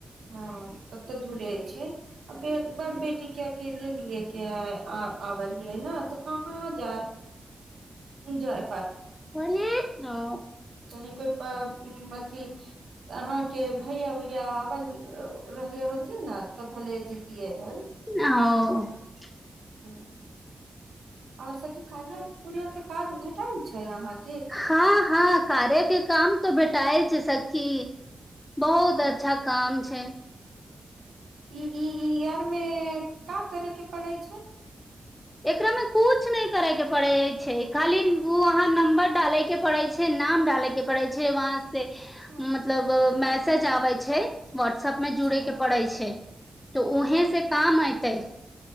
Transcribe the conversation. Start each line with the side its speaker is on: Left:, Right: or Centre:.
Right: हँ तब तऽ दूरे छै आ फेर बड़ बेटी के अकेले लिए क आबल रहै ने हँ हँ जाए जाए
Left: होंले अ
Right: तनि कोइ अथी अहाँके भैया उया रहले होतीन न तऽ भले जीतिेय हल
Left: ओ
Right: हँ आऔर सखी कार्या उरया के काज भेटल छै अहाँ कें
Left: हँ हँ कार्य के काम तऽ भटाए जे सखी बहुत
Right: हँ।
Left: अच्छा काम छै
Right: ई इ यारमे का करीके पड़ै छोड़
Left: एकरा मे कुछ नहि करे के पड़े छै खाली वहाँ नंबर डाले के पड़े छै नाम डाले के पड़े छै वहां से
Right: हँ।
Left: मतलब मै सजाबै छै व्हाट्सप में
Right: अच्छा
Left: जुड़े के पड़ै छै तऽ
Right: ओ
Left: उहें से काम एऐतै